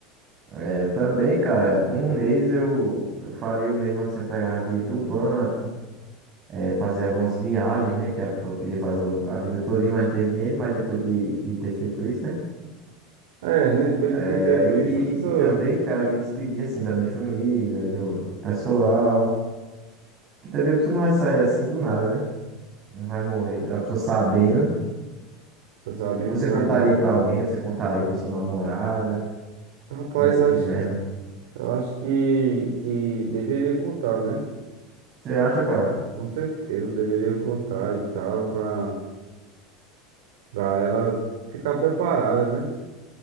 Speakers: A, on the right; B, on the right.
A: É, eu também, cara, com um mês eu, eu faria o mesmo assim, eu pegava dinheiro do banco, é, fazer algumas viagens, né? Que a pessoa queria fazer o- a vida todinha, mas não teve dinheiro, mas depois de, de ter feito isso, né?
B: É, né? Depois de
A: É,
B: ter feito
A: Aí,
B: isso, a pessoa
A: e também, cara, me despedir assim da minha família, do pessoal. Que também a pessoa não vai sair assim do nada, né? Não vai morrer. A pessoa sabendo,
B: só sabendo
A: você
B: que vai
A: contaria
B: morrer.
A: pra alguém, você contaria pra sua namorada,
B: Rapaz,
A: se você
B: eu
A: tiver,
B: acho que,
A: né?
B: eu acho que, que deveria contar, né?
A: Você acha, cara?
B: Com certeza, deveria contar e tal, pra, pra ela ficar preparada, né?